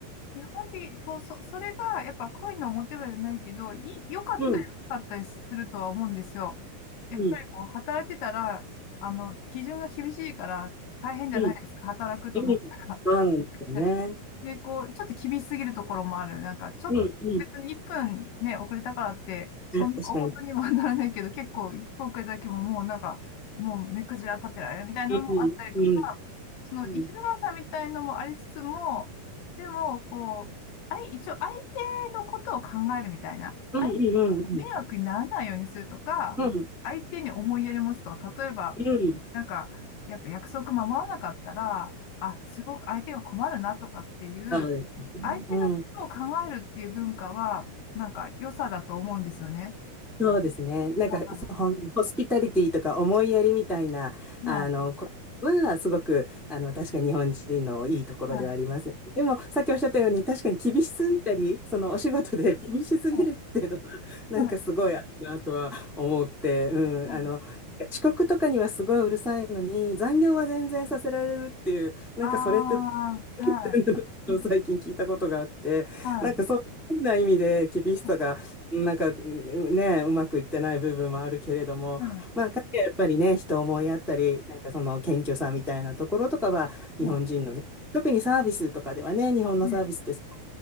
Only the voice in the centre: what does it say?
うん。
うん。
うん。
うん。そうなんですよね。
うん。うん。
確かに
うん、うん、
うん。
うんうんうんうん。
うん、
うんうんうん
そうですね。
うん。
そうですね。なんか、
そうホスピタリティとか思いやりみたいな、
あの、
こは、すごく、あの、確かに日本人のいいところではあります。
でも、さっきおっしゃったように、確かに厳しすぎたり、その、お仕事で厳しすぎるっていうのは、
なんかすごいあるなとは思って、
うん、
あの、なんか遅刻とかにはすごいうるさいのに、残業は全然させられるっていう、なんかそれって
<laughs> 最近聞いたことがあって、
なんかそういう変な意味で厳しさが、
なんかうんね、うまくいってない部分もあるけれども、
まあ、彼はやっぱりね、人を思いやったり、なんかその謙虚さみたいなところとかは、日本人のね、
特にサービスとかではね、日本のサービスってすごい